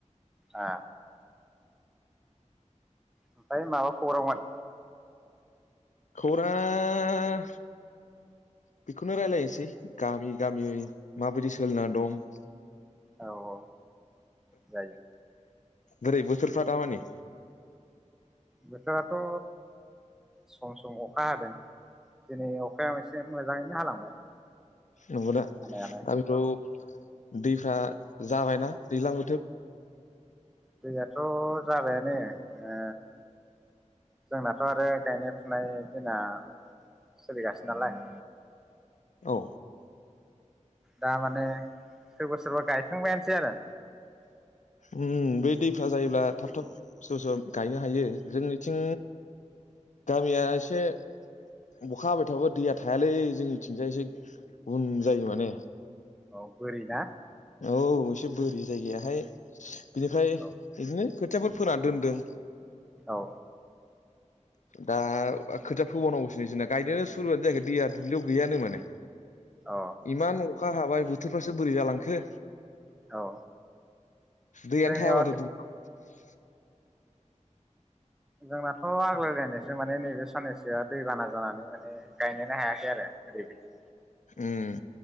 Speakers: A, in the centre; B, on the left.
A: आ ओमफ्राय माबा खौरांमोन
B: खौरांआ बेखौनो रायलायनोसै गामि गामि माबायदि सोलिना दं
A: औ औ जायो।
B: बोरै बोथोरफ्रा दा मानि
A: बोथोरा थ, सम सम अखा हादों दिनै अखाया एसे मोजाङैनो हालांबाय
B: नंगौना
A: हानायालाय
B: दा बेथ
A: औ
B: दैफ्रा जाबायना दैज्लां बोथोर
A: दैयाथ' जाबायानो ओ जोंनाथ' आरो गायनाय फुनाय दिना सोलि गासिनो नालाय
B: औ
A: दा माने सोरबा सोरबा गायखांबायानोसै आरो
B: अम बे दैफ्रा जायोब्ला थाब -थाब सोरबा- सोरबा गायनो हायो जोंनिथिं गामिया इसे अखा हाबाय थाबाबो दैया थायालै जोंनिथिंजाय एसे उन जायो माने।
A: औ बोरि ना
B: औ एसे बोरि जायगायाहाय बिनिफ्राय
A: औ
B: बिदिनो खोथियाफोर फोना दोनदों।
A: औ।
B: दा खोथिआ फोबावनांगौसो जोंना गायनायानो सुरुआनो जायाखै दैया दुब्लियाव गैयानो माने।
A: औ
B: इमान अखा हाबाय बोथोरफ्रासो बोरै जालांखो।
A: औ।
B: दैैआनो
A: जोंनियाव
B: थाया माथो दुब्लियाव
A: जोंनाथ' आग्लायलायनायसो माने नैबे साननैसोआ दैबाना जानानै माने गायनोनो हायाखै आरो ओरैबायदि
B: उम।